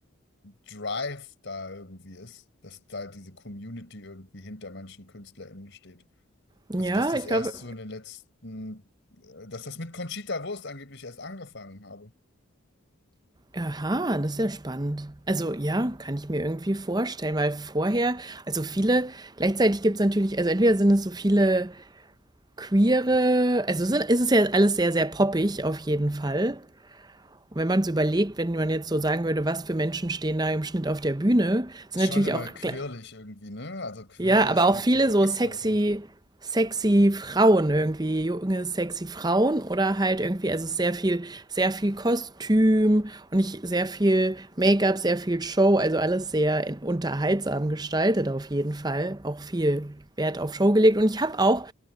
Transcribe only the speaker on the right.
ja,
ich
glaube,
aha, das ist ja spannend. Also, ja, kann ich mir irgendwie vorstellen, weil vorher, also viele, gleichzeitig gibt es natürlich, also entweder sind es so viele queere, also es sind, ist es ist ja alles sehr, sehr poppig auf jeden Fall. Und wenn man es überlegt, wenn man jetzt so sagen würde, was für Menschen stehen da im Schnitt auf der Bühne, sind
natürlich
auch
gl-
Ja, aber auch
viele
so
sexy, sexy Frauen irgendwie, junge, sexy Frauen oder halt irgendwie, also sehr viel, sehr viel Kostüm und ich, sehr viel Make-up, sehr viel Show, also alles sehr in, unterhaltsam gestaltet auf jeden Fall. Auch viel Wert auf Show gelegt. Und ich habe auch